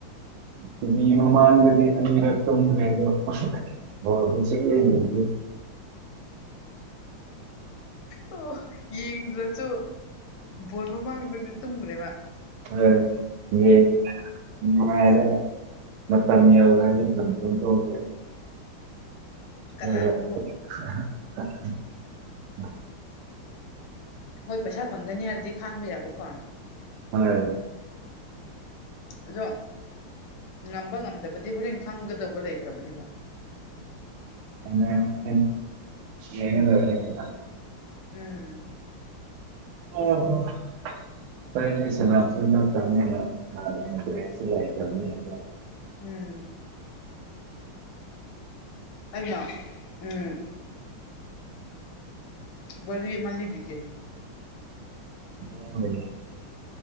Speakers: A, on the right (about 85°); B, on the left (about 85°).
A: ꯇꯤ ꯕꯤ ꯃꯃꯥꯡꯗꯗꯤ ꯑꯅꯤꯔꯛꯇꯨꯝꯈ꯭ꯔꯦꯕꯣ ꯑꯍꯥꯍꯥꯍꯥ ꯕꯣꯜꯗꯤ ꯁꯨꯛꯌꯦꯡ ꯌꯦꯡꯗꯦ
B: ꯑꯣ ꯌꯦꯡꯗ꯭ꯔꯁꯨ ꯕꯣꯜ ꯃꯃꯥꯡꯗꯗꯤ ꯇꯨꯝꯈ꯭ꯔꯦꯕ
A: ꯍꯣꯏ ꯌꯦꯡ ꯅꯨꯡꯉꯥꯏꯔꯦ ꯃꯇꯝ ꯌꯧꯔꯗꯤ ꯑꯗꯨꯝ ꯇꯨꯝꯊꯣꯛꯈ꯭ꯔꯦ
B: ꯀꯅꯥꯅꯕꯨ
A: ꯑꯗꯨꯒ <unintelligible>
B: ꯍꯣꯏ ꯄꯩꯁꯥ ꯐꯪꯒꯅꯤ ꯍꯥꯏꯔꯗꯤ ꯈꯥꯡꯕ ꯌꯥꯕꯀꯣ
A: ꯍꯣꯏ
B: ꯑꯗꯣ ꯉꯝꯕ ꯉꯝꯗꯕꯗꯤ ꯍꯣꯔꯦꯟ ꯈꯪꯒꯗꯧꯕ ꯂꯩꯈ꯭ꯔꯥꯕꯅꯦꯕ
A: <unintelligible> ꯌꯦꯡꯒꯗꯕꯅꯦ ꯀꯩꯅꯣ
B: ꯎꯝ
A: ꯑ ꯍꯥ <unintelligible> ꯍꯣꯔꯦꯟ ꯑꯩ ꯁꯅꯥꯕꯁꯨ ꯅꯠꯇꯝꯅꯤꯅꯥ <unintelligible> ꯗ꯭ꯔꯦꯁ ꯁꯨ ꯂꯩꯇ꯭ꯔꯥꯕꯅꯤꯅꯀꯣ
B: ꯎꯝ ꯑꯩꯅꯣ ꯎꯝ ꯋꯥꯔꯤ ꯑꯃ ꯂꯤꯕꯤꯒꯦ
A: <unintelligible>